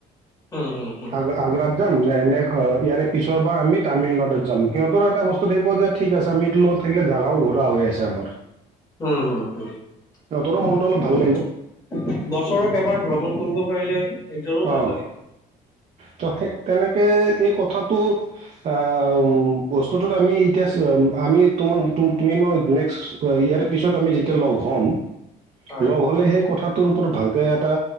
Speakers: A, on the left; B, on the right.
A: হম হুম হু।
B: আগ আগ্ৰাত যাম নাই ন ইয়াৰে পিছৰ বাৰ আমি তামিলনাডুত যাম সিহঁতৰ এটা বস্তু থাকিব যে ঠিক আছে আমি এইটো থাকিলে জোগাও ঘূৰা হৈ আছে আমাৰ।
A: হ হ বছৰত
B: সিহঁতৰো মনটো অলপ ভাল লাগিব
A: এবাৰ ভ্ৰমণ কৰিব। পাৰিলে নিজৰো ভাল
B: অ',
A: লাগে।
B: ত সেই তেনে এই কথাটো অ', বস্তুটোত আমি এতিয়া আমি তোমাৰ তুমি মই নেক্সট ইয়াৰ পিছত আমি যেতিয়া লগ হ'ম
A: হয়
B: লগ হ'লে সেই কথাটোৰ ওপৰত ভালকে এটা